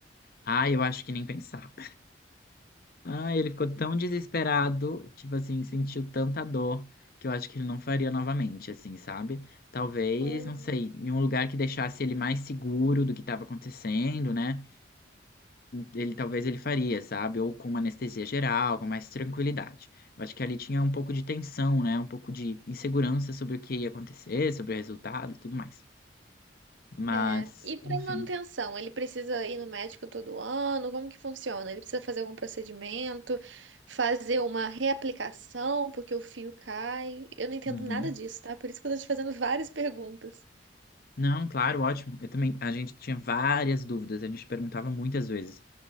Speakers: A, on the left; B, on the right.
A: Ah, eu acho que nem pensar. Ah, ele ficou tão desesperado, tipo assim, sentiu tanta dor que eu acho que ele não faria novamente, assim, sabe? Talvez,
B: Hum,
A: não sei, em um lugar que deixasse ele mais seguro do que estava acontecendo, né? Ele talvez ele faria, sabe? Ou com uma anestesia geral, com mais tranquilidade. Eu acho que ali tinha um pouco de tensão, né? Um pouco de insegurança sobre o que ia acontecer, sobre o resultado e tudo mais. Mas,
B: é. E
A: enfim.
B: para manutenção, ele precisa ir no médico todo ano? Como que funciona? Ele precisa fazer algum procedimento, fazer uma reaplicação porque o fio cai? Eu não entendo
A: Uhum.
B: nada disso, tá? Por isso que eu tô te fazendo várias perguntas.
A: Não, claro, ótimo. Eu também, a gente tinha várias dúvidas, a gente perguntava muitas vezes.